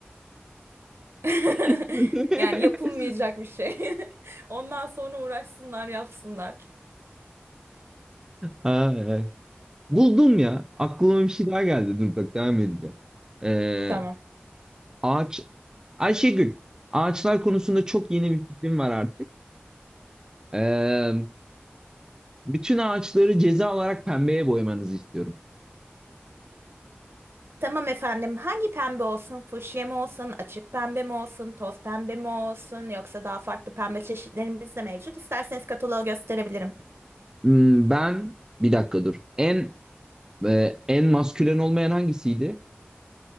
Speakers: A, on the right; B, on the right.
A: <laughs>
B: <laughs>
A: Yani yapılmayacak bir şey. <laughs> Ondan sonra uğraşsınlar, yapsınlar.
B: Aa, evet. Buldum ya. Aklıma bir şey daha geldi. Dur bak devam edeceğim. Ee,
A: Tamam.
B: ağaç Ayşegül, ağaçlar konusunda çok yeni bir fikrim var artık. Ee, bütün ağaçları ceza olarak pembeye boyamanızı istiyorum.
A: Tamam efendim. Hangi pembe olsun? Fuşya mı olsun? Açık pembe mi olsun? Toz pembe mi olsun? Yoksa daha farklı pembe çeşitlerimiz de mevcut. İsterseniz kataloğu gösterebilirim.
B: Hmm, Ben bir dakika dur. En e, en maskülen olmayan hangisiydi?